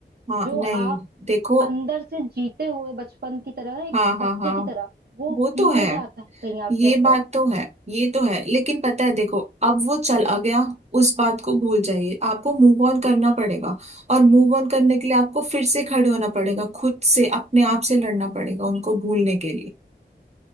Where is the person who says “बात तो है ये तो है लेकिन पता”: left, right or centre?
Right